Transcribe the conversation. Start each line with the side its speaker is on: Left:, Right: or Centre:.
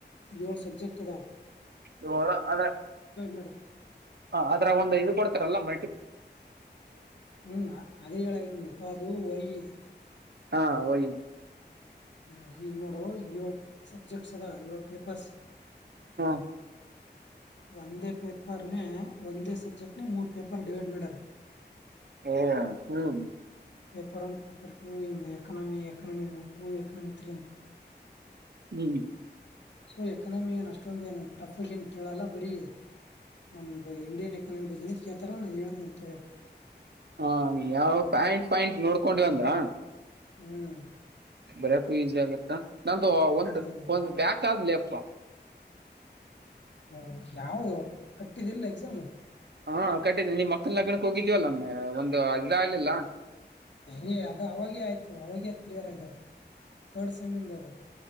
Left: ಯ ಸ ಜೆಕ್ಟ್ ತದಾ
Right: ಇ ಅದ
Left: ಮಾಡ್ಯಾರ
Right: ಅದ್ರ ಒಂದು ಇದು ಮಾಡಡ್ತಾರಲ್ಲ ಮ
Left: ಹ್ಮ್ ಅದೇ ಹೇಳಾಗತಿನಪ್ಪಾ ಅದು ಹಯಿ ಅದು
Right: ಹಾ ವಹ
Left: ಹ್ಮ ಈಗ್ ನೋಡ ಏಳ್ ಸಬ್ಜೆಕ್ಟ್ಸ್ ಅದ ಏಳ್ ಪೇಪರ್ಸ್
Right: ಹಾ
Left: ಒಂದೇ ಪೇಪರ್ ನ ಒಂದೇ ಸಬ್ಜೆಕ್ಟ್ ನ ಮೂರು ಪೇಪರ್ ಡಿವೈಡ್ ಮಾಡರ್
Right: ಹಓ ಹ್ಮ್
Left: ಪೇಪರ್ ಒನ್ ಪೇಪರ್ ಟೂ ಇಂಗೆ economy economy two economy three ಅ
Right: ಹ್ಮ್
Left: ಸೊ ಎಕನಮಿ ಏನ್ ಅಷ್ಟೊಂದ ಏನ್ ಟಫ್ಗ ಏನ್ ಕೇಳಲ್ಲ ಬರೀ ನಮ ಇಂಡಿಯನ್ ಎಕನಮಿ ಬಗ್ ಕೇಳ್ತಾರ ನಾ ಹೇಳ್ತಂತು
Right: ಹಾ ಯಾವ ಪ್ಯಾಂಟ್ ಪ್ಯಾಂಟ್ ನೋಡ್ಕೊಂಡಿವಂದ್ರ
Left: ಹ್ಮ್
Right: ಬರ್ಯಕೂ ಈಸಿ ಆಗತ್ತಾ ನಂದು ಒಂದು
Left: ಹ್ಮ್
Right: ಒಂದು ಬ್ಯಾಕ್ ಲೇಪುವ
Left: ಹ ಯಾವ್ದ ಕಟ್ಟಿದಿಲ್ಲ ಎಕ್ಸಾಮ್
Right: ಹಾ ಕಟ್ಟಿದಿ ನಿ ಅಕ್ಕನ ಲಗ್ನಕ್ ಹೋಗಿದೀವಲ್ಲ ಒಮ್ಮೆ ಒಂದು ಇದು ಅಗಗ್ಲಿಲ್ಲ
Left: ಯ ಅದು ಅವಾಗೆ ಆಯ್ತು ಅವಾಗೆ ಕ್ಲಿಯರ್ ಆಗ್ಯಾದ ಟ್ರಡ ಸೆಮಿಂದದು